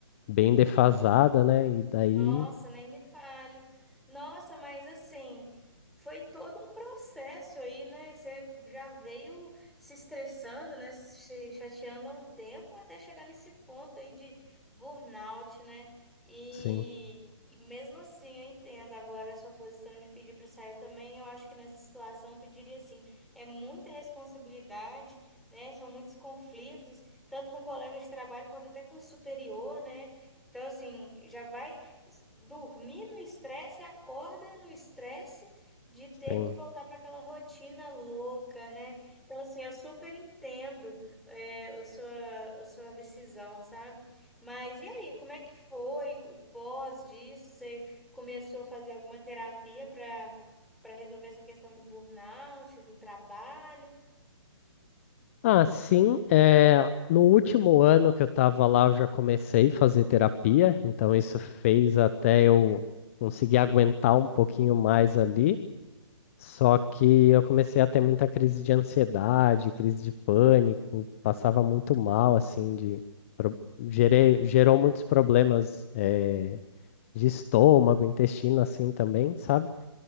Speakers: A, on the left; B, in the centre.
A: bem defasada, né? E daí,
B: Nossa, nem me fale. Nossa, mas assim, foi todo um processo aí, né? Você já veio se estressando, né? Se chateando há um tempo até chegar nesse ponto aí de burnout, né? E,
A: sim,
B: e mesmo assim, eu entendo agora a sua posição de pedir para sair. Eu também, eu acho que nessa situação eu pediria assim, é muita responsabilidade, né? São muitos conflitos, tanto com colegas de trabalho quanto até com o superior, né? Então, assim, já vai dormir no estresse e acorda no estresse de
A: sim.
B: ter que voltar para aquela rotina louca, né? Então, assim, eu super entendo é, a sua, a sua decisão, sabe? Mas e aí, como é que foi o pós disso? Você começou a fazer alguma terapia para para resolver essa questão do burnout, do trabalho?
A: Ah, sim. É, no último ano que eu estava lá, eu já comecei a fazer terapia, então isso fez até eu conseguir aguentar um pouquinho mais ali. Só que eu comecei a ter muita crise de ansiedade, crise de pânico, passava muito mal, assim, de pro- gerei, gerou muitos problemas, eh, de estômago, intestino, assim também, sabe?